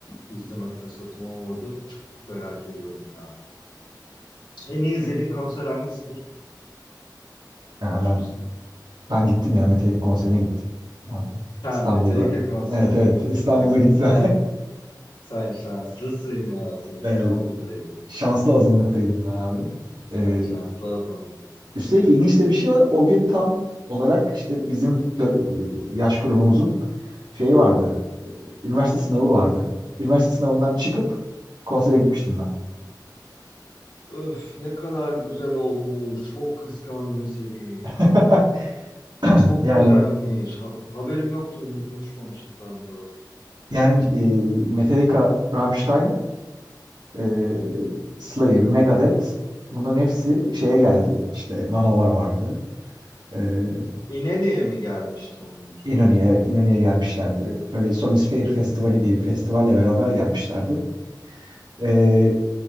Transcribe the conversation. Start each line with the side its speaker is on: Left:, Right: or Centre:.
Left: izleme fırsatım olmadı. Çok merak ediyorum ya. En iyi izlediğin konser hangisidir?
Right: Yani
Left: Düşünsene.
Right: ben ben gittim ya Mete Ekin konserine gittim. Abi.
Left: Sen
Right: İstanbul'da.
Left: Metallica konserine
Right: Evet evet
Left: gittin.
Right: İstanbul'da
Left: Sen,
Right: gittim.
Left: sen, sen şanslısın ya. Sen İstanbul'daydın.
Right: <laughs> Şanslı azınlıktaydım ben abi.
Left: Sen
Right: Ee,
Left: şanslı azınlıklısın.
Right: üstelik ilginç de bir şey var. O gün tam olarak işte bizim dö- e, yaş grubumuzun şeyi vardı. Üniversite sınavı vardı. Üniversite sınavından çıkıp konsere gitmiştim ben.
Left: Öf ne kadar güzel olmuş. Çok kıskandım seni.
Right: <laughs>
Left: Çok
Right: Yani
Left: güzelmiş. Ha- haberim yoktu bunu konuşmamışız daha önce bak.
Right: yani e, Metallica, Rammstein, e, Slayer, Megadeth bunların hepsi şeye geldi. İşte Manowar vardı. E,
Left: İnönü'ye mi gelmişti onlar?
Right: İnönü'ye evet İnönü'ye gelmişlerdi. Böyle Sony Sphere Festivali diye bir festivalle beraber gelmişlerdi. E,